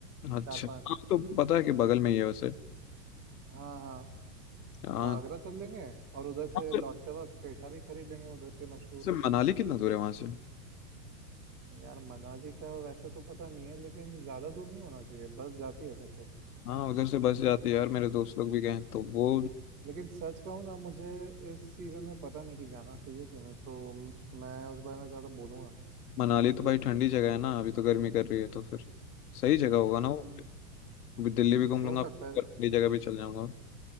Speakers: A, on the left (about 90°); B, on the right (about 35°).
A: अच्छा
B: चार पाँच
A: हाँ तो पता है कि बगल में ही है वैसे
B: हाँ हाँ
A: हाँ
B: तो आगरा चल लेंगे और उधर से
A: हाँ, तो
B: लौटते वक्त पेठा भी खरीद लेंगे उधर के मशहूर
A: से मनाली कितना दूर है वहां से
B: यार मनाली का वैसे तो पता नहीं है लेकिन ज़्यादा दूर नहीं होना चाहिए बस जाती है वैसे
A: हाँ उधर से बस जाती है यार मेरे दोस्त लोग भी गए हैं तो वो
B: लेकिन सच कहूँ ना मुझे इस सीज़न में पता नहीं कि जाना चाहिए कि नहीं तो म- मैं उस बारे में ज़्यादा बोलूँगा नहीं
A: मनाली तो भाई ठंडी जगह है ना अभी तो गर्मी कर रही है तो फिर सही जगह होगा
B: हम्म,
A: ना वो अभी दिल्ली भी घूम
B: हो
A: लूंगा
B: सकता
A: फिर
B: है
A: ठंडी जगह भी चल जाऊंगा